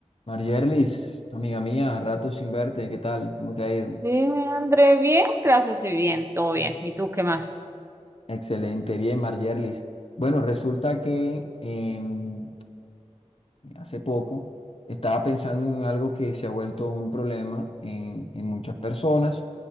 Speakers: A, on the left; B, on the right.
A: Marjerlis, amiga mía, rato sin verte, ¿qué tal? ¿Cómo te ha ido?
B: Dime, André, bien, gracias, y bien, todo bien. ¿Y tú qué más?
A: Excelente, bien, Marjerlis. Bueno, resulta que em, hace poco estaba pensando en algo que se ha vuelto un problema en, en muchas personas